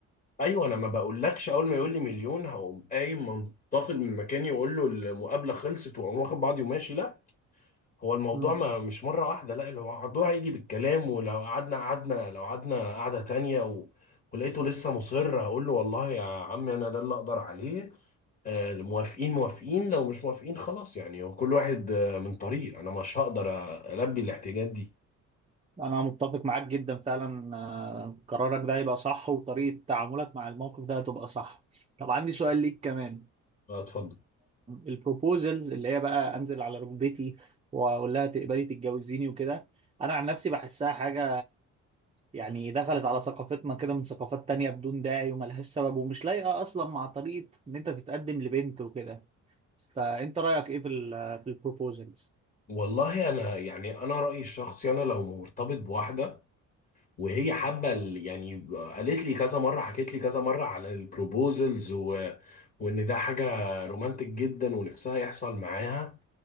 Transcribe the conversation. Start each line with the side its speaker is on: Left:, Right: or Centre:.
Left: ايوه انا ما بقولكش اول ما يقول لي مليون هقوم قايم منتفض من مكاني واقول له المقابله خلصت واقوم واخد بعضي وماشي لا هو الموضوع
Right: مم.
Left: ما مش مره واحده لا اللي هو الموضوع هيجي بالكلام ولو قعدنا قعدنا لو قعدنا قعده تانيه و... ولقيته لسه مصر هقول له والله يا عمي انا ده اللي اقدر عليه آه، موافقين موافقين لو مش موافقين خلاص يعني هو كل واحد آه، من طريق انا مش هقدر البي الاحتياجات دي
Right: انا متفق معاك جدا فعلا آه، قرارك ده هيبقى صح وطريقة تعاملك مع الموقف ده هتبقى صح طب عندي سؤال ليك كمان
Left: اه اتفضل
Right: البروبوزلز اللي هي بقى انزل على ركبتي واقول لها تقبلي تتجوزيني وكده انا عن نفسي بحسها حاجة يعني دخلت على ثقافتنا كده من ثقافات تانية بدون داعي وملهاش سبب ومش لايقة أصلا مع طريقة إن أنت تتقدم لبنت وكده فأنت رأيك إيه في ال في البروبوزلز؟
Left: والله انا يعني انا رايي الشخصي انا لو مرتبط بواحده وهي حابه ال- يعني قالت لي كذا مره حكيت لي كذا مره على البروبوزلز و... وان ده حاجه رومانتك جدا ونفسها يحصل معاها